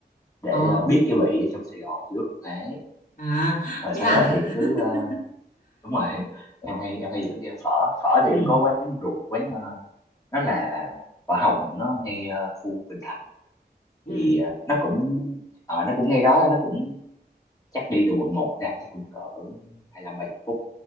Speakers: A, on the left; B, on the left.
A: để
B: ờ
A: ờ, biết cái vị ở trong Sài Gòn trước đấy
B: à
A: rồi
B: thế
A: sau
B: à
A: đó thì cứ
B: <laughs>
A: ờ, đúng rồi <laughs> em hay em hay dẫn đi ăn phở phở thì
B: ừ
A: em có quán ruột quán ờ, nó là phở Hồng nó ngay ờ, khu Bình Thạnh
B: ừ
A: thì ờ, nó cũng ờ, nó cũng ngay đó nó cũng chắc đi từ quận một ra chắc cũng cỡ hai lăm ba chục phút